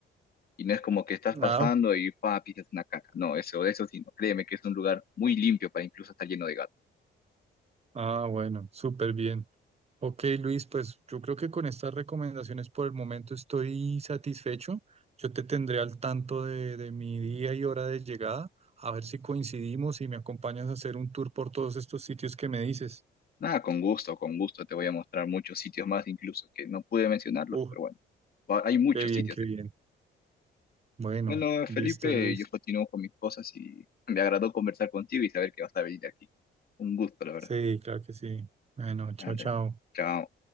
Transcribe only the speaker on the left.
Y no es como que estás pasando
y pa, pisas una caca. No, eso, eso sí, no. Créeme que es un lugar muy limpio para incluso estar lleno de gatos.
Nada, con gusto, con gusto. Te voy a mostrar muchos sitios más, incluso que no pude mencionarlos,
pero bueno, va- hay muchos
sitios
aquí.
Bueno, Felipe,
yo continúo con mis cosas y me agradó conversar contigo y saber que vas a venir aquí. Un gusto, la verdad.
Dale,
chao.